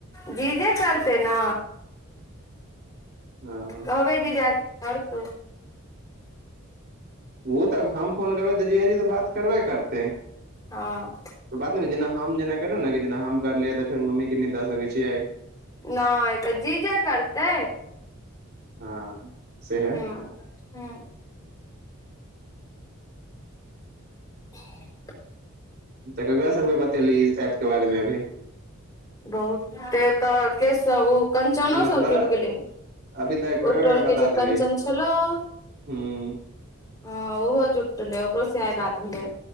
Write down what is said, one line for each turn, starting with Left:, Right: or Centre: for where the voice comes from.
Left: जीजे करतै न,
Right: हँ
Left: कहबै जीजा के करतौ
Right: ओ तऽ हम फोन करबै तऽ जीजाजी तऽ बात करबे करतै।
Left: हँ
Right: बात नै जेना हम जेना करब ने कि जेना हम करलियै तऽ फेर मम्मी के नै दऽ सकैत छियै।
Left: नय तऽ जीजे करतै
Right: हँ सेहे
Left: हूं। हुँ <unintelligible>
Right: तऽ ककरा सबके बतेलही एप के बारे मे अभी
Left: बहुते तऽ के सब ओ कंचनो
Right: मतलब
Left: सब जुड़ गेलै
Right: अभी तक ककरा
Left: ओई
Right: ककरा
Left: टोलके
Right: बता
Left: जे कंचन
Right: देली
Left: छेलाऽ
Right: हूं
Left: हँ ओहो जुटलै ओकरो से आइ बात भेलै